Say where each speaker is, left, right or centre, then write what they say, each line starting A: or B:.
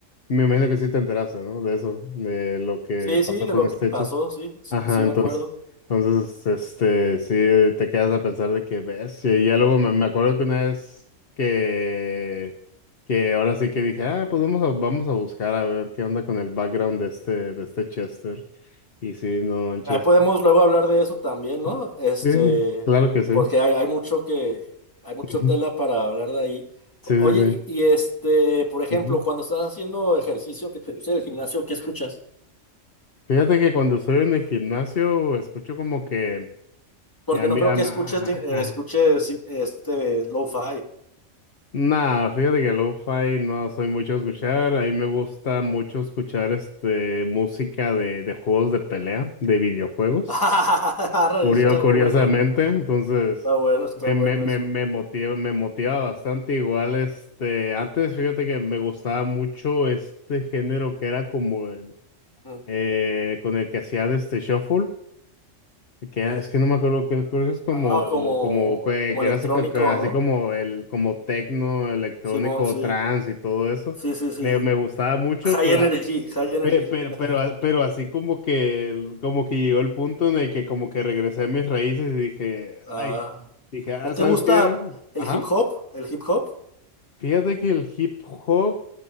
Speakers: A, on the left; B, on the left.
A: Me imagino que sí te enteraste, ¿no? De eso, de lo que
B: Sí, sí,
A: pasó
B: de
A: con
B: lo
A: este
B: que pasó,
A: Chester.
B: sí, sí,
A: Ajá,
B: sí me
A: entonces.
B: acuerdo.
A: Entonces, este, sí, te quedas a pensar de que bestia. Y ya luego me, me acuerdo que una vez que, que ahora sí que dije, ah, pues vamos a, vamos a buscar a ver qué onda con el background de este, de este Chester. Y sí, no manches.
B: Ahí podemos luego hablar de eso también, ¿no?
A: Sí,
B: Este,
A: sí, claro que sí.
B: porque hay, hay mucho que, hay mucho
A: Ujú.
B: tela para hablar de ahí.
A: Sí,
B: Oye,
A: sí, sí.
B: y, y este, por ejemplo,
A: Ujú.
B: cuando estás haciendo ejercicio que te gusta el gimnasio, ¿qué escuchas?
A: Fíjate que cuando estoy en el gimnasio escucho como que
B: Porque
A: que a mí,
B: no creo
A: a-
B: que
A: a-
B: escuches, de-
A: a-
B: eh, escuches sí, este lo-fi.
A: nah, fíjate que lo-fi no soy mucho a escuchar. A mí me gusta mucho escuchar este música de, de juegos de pelea, de videojuegos.
B: <laughs> Arre,
A: Curio-
B: Eso está
A: curiosamente,
B: bueno,
A: entonces
B: está bueno, está
A: me,
B: bueno
A: me, me,
B: eso.
A: me motiva, me motiva bastante. Igual, este, antes fíjate que me gustaba mucho este género que era como el
B: Ujú.
A: eh, con el que hacían este shuffle, que es que no me acuerdo, que creo que es como,
B: Ah, como,
A: como que,
B: como
A: que
B: electrónico,
A: era así, ca- ca- así
B: ¿no?
A: como el, como tecno, electrónico,
B: Simón, sí,
A: trance y todo eso.
B: sí, sí, sí.
A: Me, me gustaba mucho,
B: High
A: pero,
B: energy,
A: a-
B: high energy.
A: pe- pero,
B: <laughs>
A: pero, a- pero así como que, el- como que llegó el punto en el que como que regresé a mis raíces y dije,
B: Ah.
A: ay, dije, ah,
B: ¿No te
A: ¿sabes
B: gusta
A: qué?
B: el
A: Ajá.
B: hip hop? ¿El hip hop?
A: Fíjate que el hip hop